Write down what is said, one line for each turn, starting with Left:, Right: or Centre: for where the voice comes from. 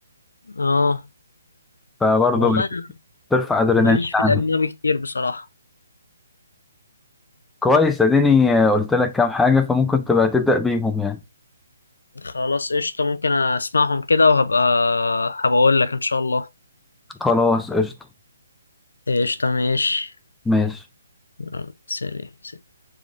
Left: آه
Centre: فبرضه
Left: والله أنا
Centre: بترفع أدرينالين
Left: ماليش في
Centre: عندي
Left: الأجنبي كتير بصراحة
Centre: كويس أديني آه، قلت لك كام حاجة فممكن تبقى تبدأ بيهم يعني
Left: خلاص قشطة ممكن اسمعهم كده وهبقى هبقول لك ان شاء الله
Centre: خلاص قشطة
Left: قشطة ماشي
Centre: ماشي
Left: يلا، سلام سلام.